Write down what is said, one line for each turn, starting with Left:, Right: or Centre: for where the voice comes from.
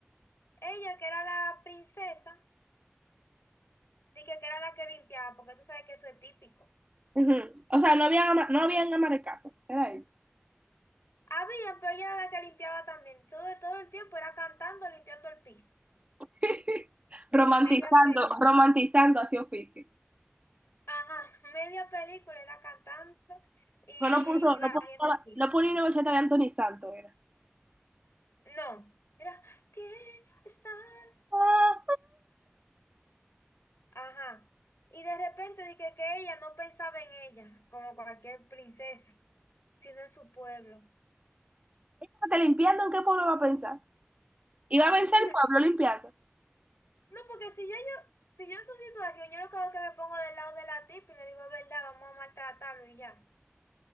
Left: ella que era la princesa, dije que era la que limpiaba, porque tú sabes que eso es típico.
Right: Ujú. O sea, no habían, ama- no habían ama de casa. Era ahí.
Left: Había, pero ella era la que limpiaba también, todo, todo el tiempo era cantando, limpiando el piso.
Right: <laughs> Romantizando,
Left: Media película.
Right: romantizando hacia oficio.
Left: Ajá, <laughs> media película era cantando y,
Right: Pero no puso,
Left: y
Right: no
Left: barriendo
Right: puso,
Left: el piso.
Right: no ponía una bachata de Anthony Santos, era.
Left: No, era, ¿qué estás?
Right: Ah,
Left: Ajá. Y de repente dije que ella no pensaba en ella, como cualquier princesa, sino en su pueblo.
Right: ah, Te limpiando, ¿en qué pueblo va a pensar? Iba a pensar
Left: <laughs>
Right: el pueblo limpiando.
Left: No, porque si ya yo, si yo en su situación, yo lo que hago es que me pongo del lado de la tipa y le digo, es verdad, vamos a maltratarlo y ya.